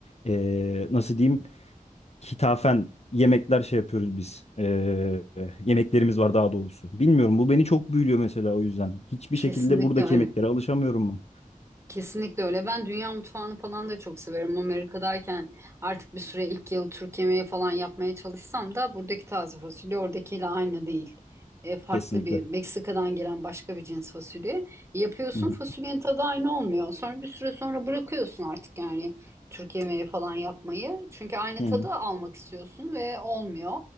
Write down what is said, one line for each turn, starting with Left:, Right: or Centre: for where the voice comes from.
Left: eee, nasıl diyeyim? hitafen yemekler şey yapıyoruz biz. Ee, yemeklerimiz var daha doğrusu. Bilmiyorum bu beni çok büyülüyor mesela o yüzden. Hiçbir
Right: Kesinlikle
Left: şekilde buradaki
Right: öyle.
Left: yemeklere alışamıyorum ben.
Right: Kesinlikle öyle. Ben dünya mutfağını falan da çok severim. Amerika'dayken artık bir süre ilk yıl Türk yemeği falan yapmaya çalışsam da buradaki taze fasulye oradakiyle aynı değil. E, farklı
Left: Kesinlikle.
Right: bir Meksika'dan gelen başka bir cins fasulye. Yapıyorsun
Left: Hı hı.
Right: fasulyenin tadı aynı olmuyor. Sonra bir süre sonra bırakıyorsun artık yani Türk yemeği falan yapmayı. Çünkü aynı
Left: Hı
Right: tadı
Left: hı.
Right: almak istiyorsun ve olmuyor.